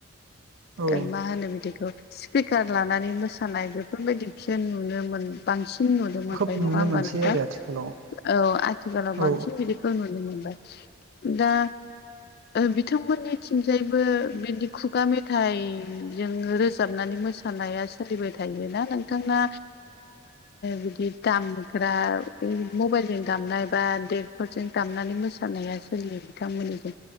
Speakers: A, on the right (about 75°); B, on the left (about 50°).
A: औ
B: आ मा होनो बिदिखौ स्पिकार लानानै मोसानाय बेफोरबायदिखौसो नुनो मोन बांसिन नु नुनो मोनबाय
A: खोब
B: नङा
A: नुनो
B: हबथा
A: मोनसै
B: नोंथां
A: आरो आथिखालाव
B: औ आथिखालाव
A: औ
B: बांसिन बिदि नुनो मोनबाय दा बिथांमोननिथिंजायबो बिदि खुगा मेथाइ जों रोजाबनानै मोसा थानायानाया सोलिबाय थायोना नोंथांना बिदि दाम फोरा मबाइलजों दामनाय बा डेक्टरजों दामनानै मोसानाया बिथांमोननिजों